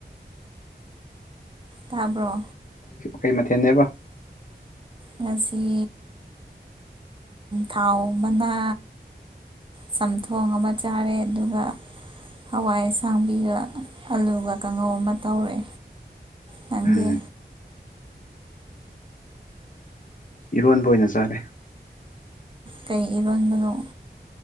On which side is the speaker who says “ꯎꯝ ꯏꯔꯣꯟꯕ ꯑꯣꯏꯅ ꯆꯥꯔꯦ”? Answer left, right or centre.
Left